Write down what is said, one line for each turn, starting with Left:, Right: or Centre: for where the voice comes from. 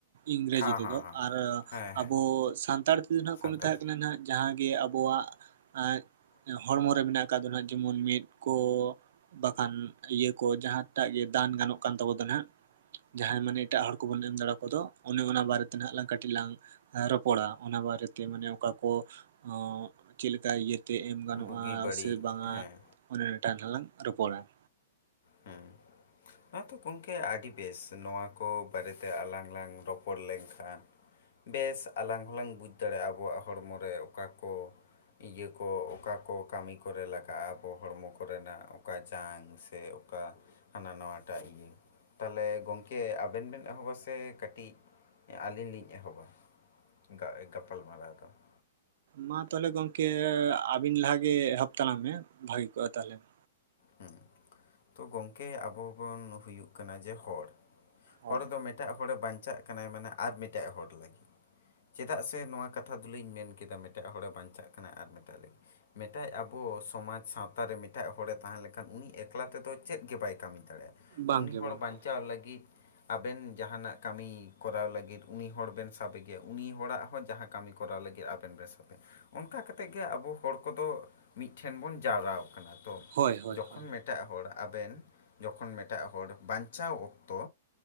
Right: ᱤᱝᱨᱮᱡᱤ
Left: ᱦᱮᱸ
Right: ᱛᱮᱫᱚ
Left: ᱦᱮᱸ ᱦᱮᱸ
Right: ᱾ ᱟᱨ
Left: ᱦᱮᱸ ᱦᱮᱸ
Right: ᱟᱵᱚ ᱥᱟᱱᱛᱟᱲ ᱛᱮᱫᱚ ᱱᱟᱦᱟᱜ
Left: ᱥᱟᱱᱛᱟᱲ
Right: ᱠᱚ ᱢᱮᱛᱟ ᱟᱜ ᱠᱟᱱᱟ ᱱᱟᱦᱟᱜ ᱡᱟᱦᱟᱸ ᱜᱮ ᱟᱵᱚᱣᱟᱜ ᱟᱡ ᱦᱚᱲᱢᱚ ᱨᱮ ᱢᱮᱱᱟᱜ ᱟᱠᱟᱫ ᱫᱚ ᱱᱟᱦᱟᱜ ᱡᱮᱢᱚᱱ ᱢᱮᱫ ᱠᱚ ᱵᱟᱠᱷᱟᱱ ᱤᱭᱟᱹ ᱠᱚ ᱡᱟᱦᱟᱸᱴᱟᱜ ᱜᱮ ᱫᱟᱱ ᱜᱟᱱᱚᱜ ᱠᱟᱱ ᱛᱟᱵᱚ ᱫᱚ ᱱᱟᱦᱟᱜ ᱾ ᱡᱟᱦᱟᱸᱭ ᱢᱟᱱᱮ ᱮᱴᱟᱜ ᱦᱚᱲ ᱠᱚᱵᱚᱱ ᱮᱢ ᱫᱟᱲᱮ ᱟᱠᱚᱫᱚ ᱚᱱᱮ ᱚᱱᱟ ᱵᱟᱨᱮᱛᱮ ᱱᱟᱦᱟᱜ ᱞᱟᱝ ᱠᱟᱹᱴᱤᱡ ᱞᱟᱝ ᱮ ᱨᱚᱯᱚᱲᱟ, ᱚᱱᱟ ᱵᱟᱨᱮᱛᱮ ᱢᱟᱱᱮ ᱚᱠᱟ ᱠᱚ <inaudible> ᱚᱸ ᱪᱮᱫ ᱞᱮᱠᱟ ᱤᱭᱟᱹ ᱛᱮ ᱮᱢ ᱜᱟᱱᱚᱜ-ᱟ
Left: ᱵᱩᱜᱤ ᱵᱟᱹᱲᱤᱡ
Right: ᱥᱮ ᱵᱟᱝᱟ
Left: ᱦᱮᱸ
Right: ᱚᱱᱮ ᱚᱱᱟ ᱴᱟᱜ <unintelligible> ᱞᱟᱝ ᱨᱚᱯᱚᱲᱟ ᱾
Left: ᱦᱮᱸ ᱾ ᱦᱮᱸ ᱛᱚ ᱜᱚᱢᱠᱮ ᱟᱹᱰᱤ ᱵᱮᱥ, ᱱᱚᱣᱟ ᱠᱚ ᱵᱟᱨᱮᱛᱮ ᱟᱞᱟᱝ ᱞᱟᱝ ᱨᱚᱯᱚᱲ ᱞᱮᱱᱠᱷᱟᱱ ᱵᱮᱥ ᱟᱞᱟᱝ ᱦᱚᱞᱟᱝ ᱵᱩᱡᱽ ᱫᱟᱲᱮᱭᱟᱜ-ᱟ ᱟᱵᱚᱣᱟᱜ ᱦᱚᱲᱢᱚ ᱨᱮ ᱚᱠᱟ ᱠᱚ ᱤᱭᱟᱹ ᱠᱚ ᱚᱠᱟ ᱠᱚ ᱠᱟᱹᱢᱤ ᱠᱚᱨᱮ ᱞᱟᱜᱟᱜ-ᱟ ᱟᱵᱚ ᱦᱚᱲᱢᱚ ᱠᱚᱨᱮᱱᱟᱜ ᱚᱠᱟ ᱡᱟᱝ ᱥᱮ ᱚᱱᱠᱟ ᱦᱟᱱᱟ ᱱᱟᱣᱟᱴᱟᱜ ᱤᱭᱟᱹ ᱾ ᱛᱟᱦᱚᱞᱮ ᱜᱚᱝᱠᱮ ᱟᱵᱮᱱ ᱵᱮᱱ ᱮᱦᱚᱵᱟ ᱥᱮ ᱠᱟᱹᱴᱤᱡ ᱮᱸ ᱟᱹᱞᱤᱧ ᱞᱤᱧ ᱮᱦᱚᱵᱟ ᱾ <inaudible> ᱜᱟ ᱜᱟᱯᱟᱞᱢᱟᱨᱟᱣ ᱫᱚ ᱾
Right: ᱢᱟ ᱛᱟᱦᱚᱞᱮ ᱜᱚᱝᱠᱮ ᱟᱹᱵᱤᱱ ᱞᱟᱦᱟ ᱜᱮ ᱮᱦᱚᱵ ᱛᱟᱞᱟᱝ ᱢᱮ ᱵᱷᱟᱹᱜᱤ ᱠᱚᱜ-ᱟ ᱛᱟᱦᱚᱞᱮ ᱾
Left: ᱦᱩᱸ ᱾ <inaudible> ᱛᱚ ᱜᱚᱝᱠᱮ ᱟᱵᱚ ᱵᱚᱱ ᱦᱩᱭᱩᱜ ᱠᱟᱱᱟ ᱡᱮ ᱦᱚᱲ ᱾
Right: ᱦᱳᱭ
Left: ᱦᱚᱲ ᱫᱚ ᱢᱤᱫᱴᱟᱜ ᱦᱚᱲᱮ ᱵᱟᱧᱪᱟᱜ ᱠᱟᱱᱟᱭ ᱢᱟᱱᱮ ᱟᱨ ᱢᱤᱫᱴᱟᱜ ᱦᱚᱲ ᱞᱟᱹᱜᱤᱫ ᱾ ᱪᱮᱫᱟᱜ ᱥᱮ ᱱᱚᱣᱟ ᱠᱟᱛᱷᱟ ᱫᱚᱞᱤᱧ ᱢᱮᱱ ᱠᱮᱫᱟ ᱢᱮᱴᱟᱜ ᱦᱚᱲᱮ ᱵᱟᱧᱪᱟᱜ ᱠᱟᱱᱟᱭ ᱟᱨ ᱢᱮᱴᱟᱜ ᱞᱟᱹᱜᱤᱫ ᱢᱮᱫᱴᱟᱡ ᱟᱵᱚ ᱥ ᱥᱚᱢᱟᱡᱽ ᱥᱟᱶᱛᱟᱨᱮ ᱢᱤᱫᱴᱟᱜ ᱦᱚᱲᱮ ᱛᱟᱦᱮᱸ ᱞᱮᱠᱷᱟᱱ ᱩᱱᱤ ᱮᱠᱞᱟ ᱛᱮᱫᱚ ᱪᱮᱫ ᱜᱮ ᱵᱟᱭ ᱠᱟᱹᱢᱤ ᱫᱟᱲᱮᱭᱟᱜ-ᱟ ᱾
Right: ᱵᱟᱝᱜᱮ
Left: ᱩᱱᱤ ᱦᱚᱲ
Right: ᱵᱟᱝᱜᱮ
Left: ᱵᱟᱧᱪᱟᱣ ᱞᱟᱹᱜᱤᱫ ᱟᱵᱮᱱ ᱡᱟᱦᱟᱱᱟᱜ ᱠᱟᱹᱢᱤ ᱠᱚᱨᱟᱣ ᱞᱟᱹᱜᱤᱫ ᱩᱱᱤ ᱦᱚᱲ ᱵᱮᱱ ᱥᱟᱵᱮ ᱜᱮᱭᱟ ᱾ ᱩᱱᱤ ᱦᱚᱲᱟᱜ ᱦᱚᱸ ᱡᱟᱦᱟᱸ ᱠᱟᱹᱢᱤ ᱠᱚᱨᱟᱣ ᱞᱟᱹᱜᱤᱫ ᱟᱵ ᱮᱱ ᱵᱮᱱ ᱥᱟᱱᱟᱭᱟ ᱾ ᱚᱱᱠᱟ ᱠᱟᱛᱮᱫ ᱜᱮ ᱟᱵᱚ ᱦᱚᱲ ᱠᱚᱫᱚ ᱴᱷᱮᱱ ᱵᱚᱱ ᱡᱟᱣᱨᱟ ᱟᱠᱟᱱᱟ ᱛᱚ
Right: ᱦᱳᱭ ᱦᱳᱭ
Left: ᱡᱚᱠᱷᱚᱱ
Right: ᱦᱳᱭ
Left: ᱢᱤᱫ ᱴᱟᱜ ᱦᱚᱲ ᱟᱵᱮᱱ ᱡᱚᱠᱷᱚᱱ ᱢᱤᱫᱴᱟᱜ ᱦᱚᱲ ᱵᱟᱧᱪᱟᱣ ᱚᱠᱛᱚ